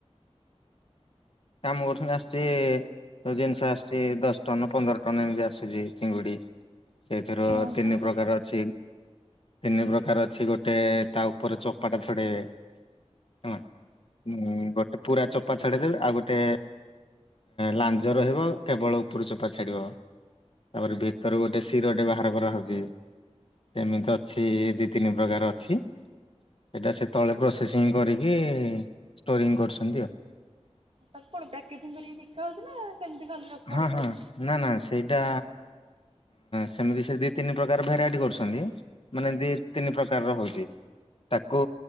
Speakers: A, on the left (about 55°); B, on the right (about 55°).
A: କାମ କରୁଛନ୍ତି ଆସୁଛି ଯୋଉ ଜିନିଷ ଆସୁଛି ଦଶ ଟନ ପନ୍ଦର ଟନ ଏମିତି ଆସୁଛି ଚିଙ୍ଗୁଡି ସେଇଥିର
B: ହଁ
A: ତିନି
B: ତାହେଲେ
A: ପ୍ରକାର ଅଛି। ତିନି ପ୍ରକାର ଅଛି ଗୋଟେ ତା ଉପରେ ଚପାଟା ଛଡେଇବେ ହଁ ଗୋଟେ ପୁରା ଚପା ଛଡେଇଦବେ ଆଉ ଗୋଟେ ଗୋଟେ ଲାଞ୍ଜ ରହିବ କେବଳ ଉପରୁ ଚୋପା ଛାଡ଼ିବ ତାପରେ ଭିତରୁ ଗୋଟେ ଶିରଟେ ବାହାର କରାହେଉଛି ସେମିତି ଅଛି ଦୁଇ ତିନି ପ୍ରକାର ଅଛି ସେଇଟା ସେ ତଳେ ପ୍ରୋସେସିଂ କରିକି ଷ୍ଟୋରିଂ କରୁଛନ୍ତି ଆଉ।
B: ତାକୁ କଣ ପ୍ୟାକେଜିଂ କରିକି ଦେଖା ହଉଛି ନା ସେମିତି ଖାଲି ରଖାହଉଛି?
A: ହଁ ହଁ ନା ନା ସେଇଟା ସେମିତି ସେ ଦୁଇ ତିନି ପ୍ରକାର ଭେରାଇଟି କରୁଛନ୍ତି ମାନେ ଦୁଇ ତିନି ପ୍ରକାରର ହେଉଛି ତାକୁ